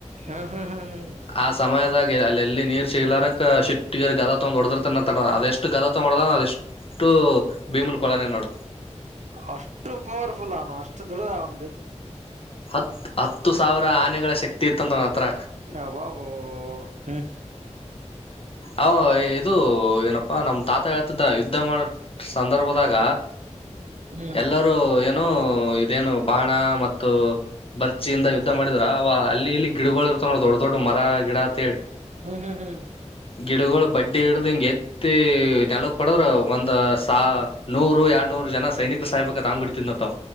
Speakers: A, on the right (about 75°); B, on the left (about 50°).
A: ಹು ಹು ಹು ಹು.
B: ಆ ಸಮಯದಾಗ ಅಲ್ಲೆಲ್ಲಿ ನೀರ್ ಸಿಗ್ಲಾರಕ್ ಶಿಟ್ಟಿಗೆದ ತೊಗೊಂಡ ಹೊಡದ್ರ ತನ ಅದೆಷ್ಟು ಗದ ತಗೊಂಡ ಹೊಡದಾನ ಅಷ್ಟ್. ಟ್ಟು ಭೀಮನ್ ಕೊಳನೆ ನೋಡು.
A: ಅಷ್ಟು ಪವರ್ಫುಲ್ ಅವನು ಅಷ್ಟು ದೊಡ್ಡದ ಡುಡದ.
B: ಹತ್ ಹತ್ತು ಸಾವಿರ ಆನೆಗಳ ಶಕ್ತಿ ಇತ್ತಂತ ಅವನ್ ಹತ್ರ.
A: ಅಬಾಬಾಬಾ ಹು.
B: ಅವ ಇದು ಏನಪ್ಪಾ ನಮ್ಮ ತಾತ ಹೇಳ್ತಿದ್ದ ಯುದ್ಧ ಮಾಡ ಸಂದರ್ಭದಾಗ.
A: ಹ್ಮ್
B: ಎಲ್ಲರೂ ಏನು ಇದೇನು ಬಾಣ ಮತ್ತು ಬರ್ಚಿಯಿಂದ ಯುದ್ಧ ಮಾಡಿದ್ರ ಅವ ಅಲ್ಲಿ ಇಲ್ಲಿ ಗಿಡಗಳು ಇರ್ತಾವಾನೋಡ ದೊಡ್ಡ ದೊಡ್ಡ ಮರ ಗಿಡ ಅಂತೇಳಿ.
A: ಹು ಹು ಹು.
B: ಗಿಡುಗುಳ ಬಡ್ಡಿ ಹಿಡದ ಹಿಂಗ ಎತ್ತಿ. ತ್ತಿ ನೆಲಕ್ಕ ಕೊಡದ್ರ ಒಂದ್ ಸಾ ನೂರು ಎರಡ್ ನೂರು ಜನ ಸೈನಿಕರು ಸಾಯಬೇಕಂತ ಹಂಗ ಹೊಡಿ. ತ್ತಿದ್ನಂತವ.